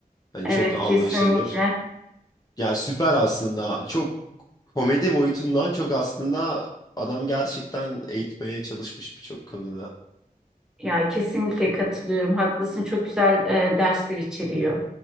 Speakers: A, on the left; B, in the centre.
A: Hani
B: Evet
A: çok anlaşılır.
B: kesinlikle.
A: Ya süper aslında. Çok komedi boyutundan çok aslında adam gerçekten eğitmeye çalışmış birçok konuda.
B: Ya kesinlikle katılıyorum. Haklısın. Çok güzel e, dersler içeriyor.